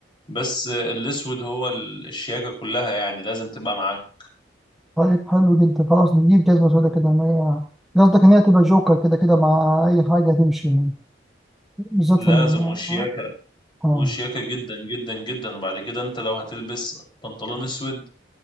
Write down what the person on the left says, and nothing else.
بس آه، الأسود هو ال- الشياكة كلها يعني لازم تبقى معاه
لازم
والشياكة
وشياكة جدا جدا جدا وبعد كده انت لو هتلبس بنطلون اسود